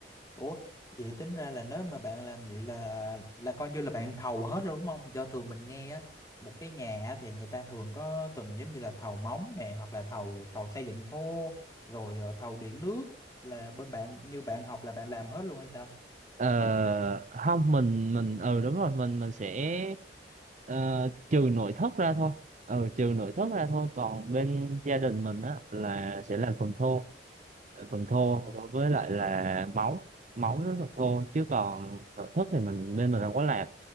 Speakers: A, on the left; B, on the right.
A: Ủa, vậy tính ra là nếu mà bạn làm vậy là là coi như là bạn thầu hết luôn đúng không? Do thường mình nghe á, một cái nhà á thì người ta thường có từng giống như là thầu móng nè hoặc là thầu thầu xây dựng thô rồi ờ, thầu điện nước là bên bạn như bạn học là bạn làm hết luôn hay sao?
B: Ờ, không mình mình ừ đúng rồi mình mình sẽ ờ, trừ nội thất ra thôi ừ trừ nội thất ra thôi còn bên gia đình mình á là sẽ
A: Ừ.
B: làm phần thô phần thô
A: Ồ.
B: đối với lại là móng móng với phần thô chứ còn nội thất thì mình bên mình không có làm